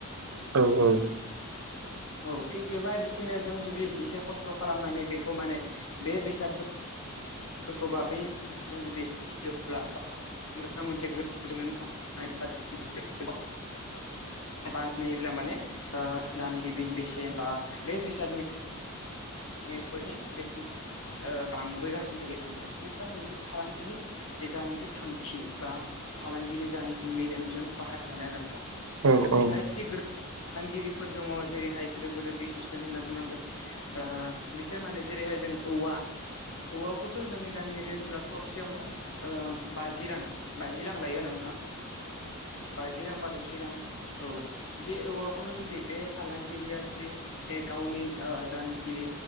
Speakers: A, on the right; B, on the left.
A: औव औव।
B: औ थिग बेबायदिनो जों जुदि एसे खस्थ' खालामनानै बेखौ माने बे बेसादफोर खौबा बेजों जुदि बाहायोब्ला सफ मोनसेों <inaudible> -' बानायोब्ला माने ओ दानो गिबिनि बेसेन बा बे बेसादनि बेफोरनि बेसेनफोरा माने ओ बां बोगासिनो थायो आरो नोंथां बेनो जाबाय मोनसे फालांगिनि जाना खि थांखि बा फालांगिनि जाना खि मेलेमजों बाहायजानाया नोंथां।
A: फालांगि
B: साइ ग <inaudible> फालांगिरिफोर दंङ जेरैहाय गोदो गोदायनि बिजनेस मेन होनना बुंनांगोन ओजोंहाय। बिसोर माने जेरैहाय जों औवा औवा खौथ' जोंनि गामियारि ओनसोलाव थसे यावनो ओ बाजि रां बाजि रां लायो आरोना नोंथां बाजि रां बा द'जि रां औ बे औवाखौनो जुदि बे फालांगिरिया जुदि ए गावनि ओ जायनाखि